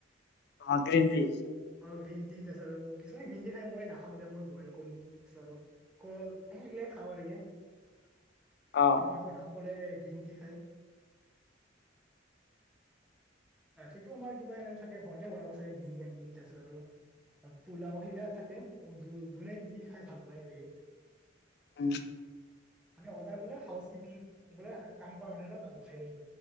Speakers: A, on the left; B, in the centre.
A: অ', গ্ৰীণ টি।
B: আৰু গ্ৰীণ টি তাৰছত কিছুমান গ্ৰীণ ট খাই মই নাখাওঁ দে মই বইল কণী তাৰছ কল সেইবিলাক। খাবা নেকি।
A: <unintelligible> অ
B: আমাৰ ঘৰত সকলোৱে গ্ৰীণ টি খায়। ৰাতিটো আমাৰ কিবা এনেকুৱা থাকে ঘৰতে বনাব চাগে বিৰিয়ানী তাৰপিছত আৰু পোলাও সিৰা থাকে যোনে কি খাই ভাল পায় আৰু।
A: উম।
B: মান অডাৰ গ হাউচপি গ কাম কৰা মানুহিলাক বনাই।